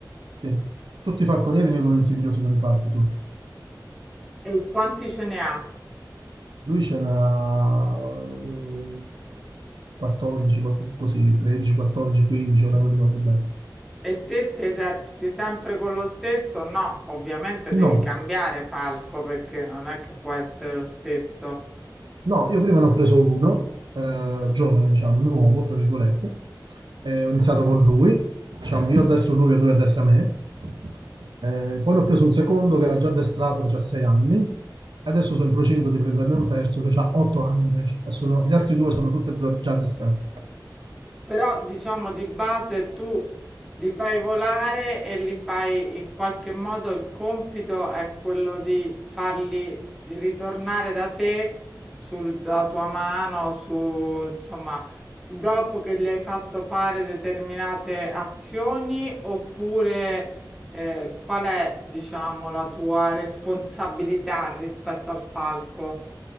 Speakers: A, on the right; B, in the centre.
A: sì. Tutti i falconieri vivono in simbiosi con i falchi, tutti.
B: E quanti ce ne ha?
A: Lui ce n'ha eh, 14, qual- così, 13, 14, 15, ora non ricordo bene.
B: E te ti eserciti sempre con lo stesso? No, ovviamente
A: No,
B: devi cambiare falco perché non è che può essere lo stesso.
A: no, io prima ne ho preso uno, eh, giovane, diciamo, nuovo, fra virgolette. Eh, ho iniziato con lui, diciamo, io a destra lui e lui a destra me. Eh, poi ne ho preso un secondo che era già addestrato, che ha 6 anni. E Adesso sono in procinto di prenderne un terzo che ha 8 anni invece. E sono- gli altri due sono tutti e due già addestrati.
B: Però diciamo di base tu li fai volare e li fai in qualche modo il compito è quello di farli di ritornare da te sulla tua mano, su insomma, dopo che gli hai fatto fare determinate azioni oppure eh, qual è, diciamo, la tua responsabilità rispetto al falco?